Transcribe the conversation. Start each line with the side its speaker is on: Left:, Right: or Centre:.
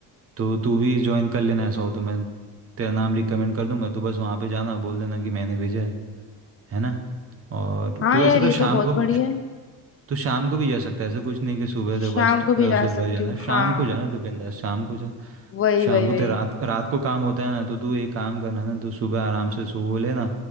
Right: तो तू भी ज्वाइन कर लेना ऐसा हो तो मैं तेरा नाम रिकमेंड कर दूंगा तू बस वहाँ पे जाना बोल देना कि मैंने भेजा है है ना और
Left: हाँ
Right: तू
Left: यार
Right: ऐसे तो
Left: ये
Right: शाम
Left: तो बहुत
Right: को
Left: बढ़िया है
Right: तो शाम को भी जा सकता है ऐसा कुछ नहीं कि सुबह
Left: शाम
Right: तेरे पास
Left: को
Right: अ,
Left: भी जा
Right: सुबह
Left: सकती
Right: जाना
Left: हूँ
Right: है। शाम
Left: हाँ
Right: को जाना तो बिंदास शाम को जा
Left: वही
Right: शाम
Left: वही
Right: को
Left: वही
Right: तेरा रात रात को काम होता है ना तो तू एक काम करना ना तू सुबह आराम से सो लेना